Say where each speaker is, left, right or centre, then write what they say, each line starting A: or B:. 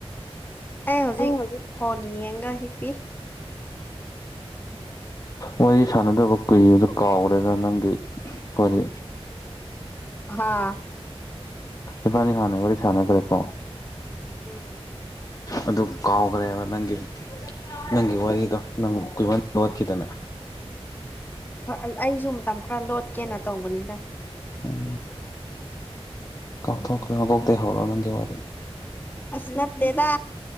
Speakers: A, on the left; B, on the left.
A: ꯑꯩ ꯍꯧꯖꯤꯛ
B: ꯑꯣ
A: ꯐꯣꯟ ꯌꯦꯡꯉꯒ ꯍꯤꯞꯄꯤ꯫ <inaudible>
B: ꯋꯥꯔꯤ ꯁꯥꯅꯗꯕ ꯀꯨꯏꯕꯗ ꯀꯥꯎꯒ꯭ꯔꯦꯗ ꯅꯪꯒꯤ ꯋꯥꯔꯤ꯫
A: ꯍꯥꯥ
B: ꯏꯕꯥꯅꯤ ꯍꯥꯟꯅ ꯋꯥꯔꯤ ꯁꯥꯅꯒ꯭ꯔꯦꯀꯣ?
A: ꯎꯝ
B: ꯑꯗꯨ ꯀꯥꯎꯒ꯭ꯔꯦꯕ ꯅꯪꯒꯤ꯫ ꯅꯪꯒꯤ ꯋꯥꯔꯤꯗꯣ ꯅꯪ ꯀꯨꯏꯃꯟ ꯂꯣꯠꯈꯤꯗꯥꯅ꯫
A: ꯑꯥ ꯑꯩꯖꯨ ꯃꯇꯝ ꯈꯔ ꯂꯣꯠꯀꯦꯅ ꯇꯧꯕꯅꯤꯗ꯫
B: ꯎꯝ ꯀꯥꯎꯊꯣꯛꯈ꯭ꯔꯦ ꯃꯀꯣꯛꯇꯩ ꯍꯧꯔꯣ ꯅꯪꯒꯤ ꯋꯥꯔꯤ꯫
A: ꯑꯁ ꯅꯠꯇꯦꯗꯥ꯫